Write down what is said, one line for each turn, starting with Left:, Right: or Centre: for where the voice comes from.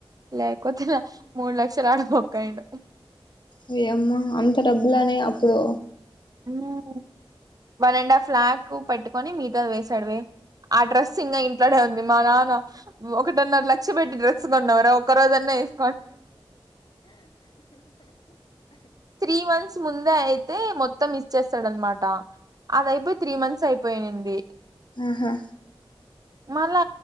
Right: లేకపోతే నా మూడు లక్షలు ఆడ బొక్కైయుండు
Left: ఓయమ్మా అంత డబ్బులానే అప్పుడు
Right: ఉమ్ వన్ అండ్ హాఫ్ లాక్ పెట్టుకొని మిగతాది వేసాడువే ఆ డ్రెస్ ఇంగ ఇం ట్లనే ఉంది మా నాన్న ఒకటిన్నర లక్ష పెట్టి డ్రెస్ కొన్నవుర ఒక్క రోజన్న ఏస్ త్రీ వన్ ముందే అయితే మొత్తం మిస్ చేస్తాడనమాట అదయిపోయి త్రీ మంత్స్ అయిపోయింది
Left: ఆహా
Right: మళ్ళీ